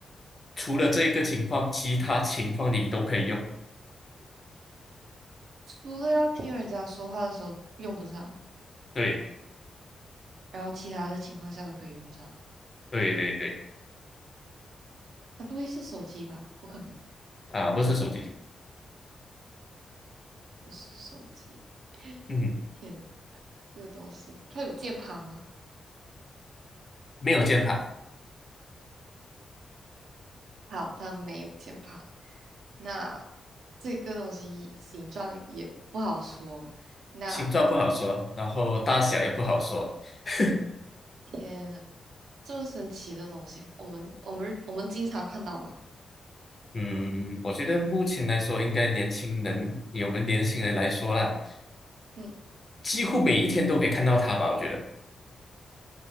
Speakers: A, on the left; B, on the right.
A: 除了这个情况，其他情况你都可以用。
B: 除了要听人家说话的时候用不上，
A: 对
B: 然后其他的情况下都可以用上。
A: 对对对，
B: 它不会是手机吧？不可能，
A: 啊，不是手机，
B: 不是手机。<laughs>
A: 嗯哼，
B: 天呐，这个东西它有键盘吗？
A: 没有键盘，
B: 好，它没有键盘。那这个东西形状也不好说。那
A: 形状不好说，然后大小也不好说。<laughs>
B: 天呐，这么神奇的东西，我们我们我们经常看到嘛。
A: 嗯，我觉得目前来说，应该年轻人，以我们年轻人来说啦，
B: 嗯，
A: 几乎每一天都可以看到它吧。我觉得，